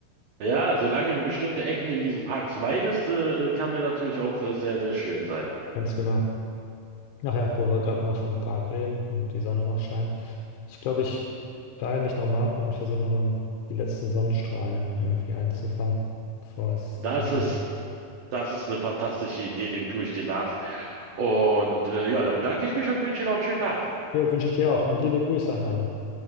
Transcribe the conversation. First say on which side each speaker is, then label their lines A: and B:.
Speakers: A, on the right; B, on the left.
A: Ja, solange du bestimmte Ecken in diesen Parks meidest, äh, kann der natürlich auch äh, sehr, sehr schön sein.
B: Ganz genau. Ach ja, wo wir gerade mal vom Park reden und die Sonne noch scheint. Ich glaube, ich beeile mich nochmal und versuche nochmal die letzten Sonnenstrahlen irgendwie einzufangen, bevor es
A: Das
B: dunkel
A: ist,
B: wird.
A: das ist eine fantastische Idee, dem tue ich dir nach. Und äh, ja, dann bedanke ich mich und wünsche dir noch einen schönen Tag.
B: Jo, wünsche ich dir auch und liebe Grüße an alle.